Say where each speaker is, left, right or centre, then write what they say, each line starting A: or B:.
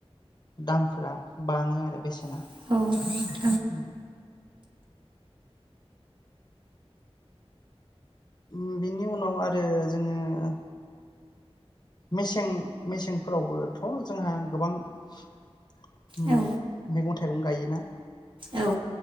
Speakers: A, on the left; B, on the right.
A: दामफोरा बाङो आरो बेसेना
B: औ
A: उ उम बिनि उनाव आरो जोङो मेसें मेसेंफोरावबोथ जोंहा गोबां उम
B: औ
A: मैगं थाइगं गायोना।
B: औ